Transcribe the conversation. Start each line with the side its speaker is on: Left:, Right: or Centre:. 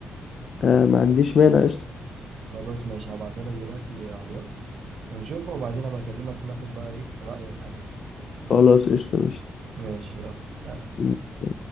Left: آه ما عنديش مانع قشطة
Right: خلاص ماشي هبعتها لك دلوقتي على الواتس ونشوفها وبعدين أبقى أكلمك ناخد بقى إيه رأيك عليها
Left: خلاص قشطة
Right: ماشي يلا سلام
Left: ماشي